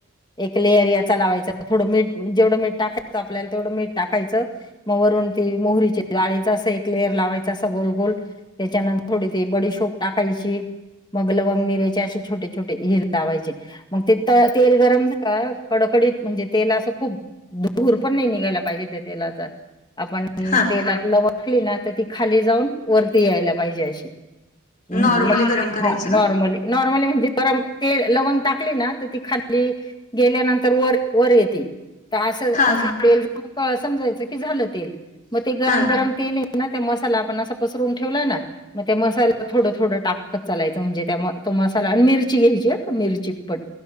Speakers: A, on the left (about 20°); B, on the left (about 40°).
A: एक लेअर या लावायचं थोडं मीठ जेवढं मीठ टाकायचं आपल्याला तेवढं मीठ टाकायचं मरणती मोहरीचे ाळीच असं एक लेअर लावायच असं गोलगोल त्याच्यानंतर थोडी त बडीशोप टाकायची मगल वंग मिरेचे असे छोटे छोटे हिर लावायचे मग ते तेल गरम झा कडक. म्हणे खपण निघायला पाजे त्याला तेला
B: हा
A: आपलं वाकली ना तर ती खाली जाऊन वरती यायला पाहिजे अशी ॉ नॉर्मली
B: नॉर्मली गरम करायचं का
A: नॉर्मली म्हणजे ते लवंग टाकली ना तर ती खाल्ली गेल्यानंतर वर वर येते तर असं
B: हा
A: असं
B: हा
A: तेल समजायचं की झालं तेल मग ते गरम
B: हा
A: गरम तेल ते मसाला आपण असा पसरून ठेवलाय ना मग त्या मसाला थोडं थोडं टाकत चालायचं म्हणजे त्या मसाला आणि मिरची घ्यायची मिरची पण